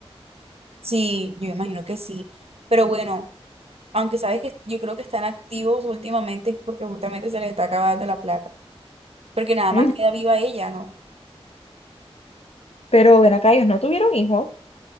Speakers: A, on the right; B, on the left.
A: Sí, yo me imagino que sí. Pero bueno, aunque sabes que yo creo que están activos últimamente es porque justamente se les está acabando la plata. porque nada
B: Mm.
A: más queda viva ella, ¿no?
B: Pero ven acá, ellos no tuvieron hijos,